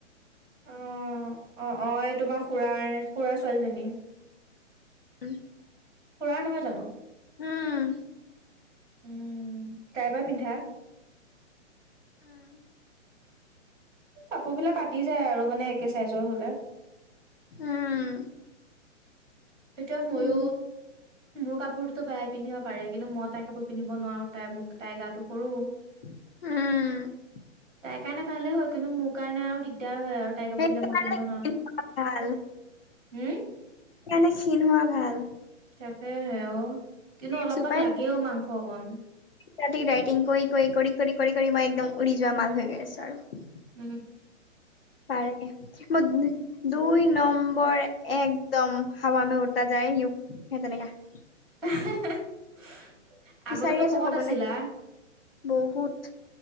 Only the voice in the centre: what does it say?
উম! অ-অ-অ এই তোমাৰ খুুড়াৰাৰ খুড়াৰা ছোৱালীজনী।
খুড়াৰ নহয় জানো?
উম তাইব পিন্ধা
কাপোৰ বিলাক কাটি যায় আৰু মানে একে চাইজৰ হলে।
এইটো ময়ো
মোৰ কাপোৰতোতো বাইযে পিন্ধিব পাৰে কিন্তু মই তাই কাপোৰ পিন্ধিব নোৱাৰো, তাই মোক তাই গাতটো সৰু।
তাইৰ কাৰণে ভালেই হয়, কিন্তু মোৰ কাৰণে আৰু দিগদাৰ হয় আৰু। তাই কাপোৰ
বিলাক মই
পিন্ধিব নোৱাৰো
যো
হম
তাকে হে অ কিন্তু অলপমান
লাগেও মাংস অকণ।
উম
<unintelligible>
শকত
আছিলা